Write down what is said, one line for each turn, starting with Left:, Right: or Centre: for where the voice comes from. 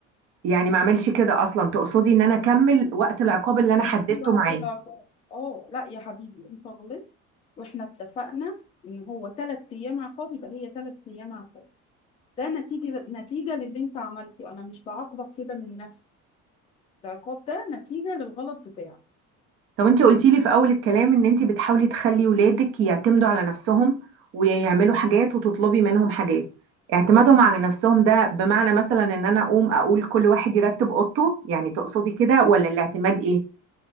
Right: يعني ما اعملش كده اصلا تقصدي ان انا اكمل وقت العقاب اللي
Left: بتعملي
Right: انا حددته
Left: لي وقت
Right: معاه
Left: ضعف اه لا يا حبيبي انت غلطت واحنا اتفقنا ان هو ثلاث ايام عقاب يبقى هي ثلاث ايام عقاب ده نتيجه نتيجه للي انت عملته انا مش بعاقبك كده من نفسي العقاب ده نتيجه للغلط بتاعك
Right: طب انت قلتي لي في اول الكلام ان انت بتحاولي تخلي ولادك يعتمدوا على نفسهم ويعملوا حاجات وتطلبي منهم حاجات اعتمادهم
Left: اه
Right: على نفسهم ده بمعنى مثلا ان انا اقوم اقول كل واحد يرتب اوضته يعني تقصدي كده ولا الاعتماد ايه